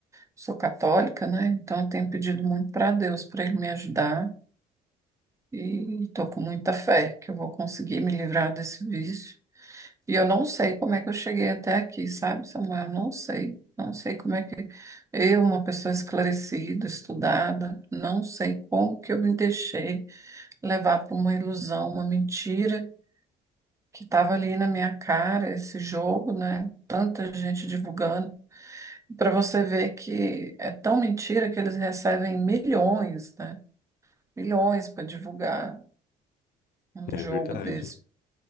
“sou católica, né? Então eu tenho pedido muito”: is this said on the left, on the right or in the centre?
Right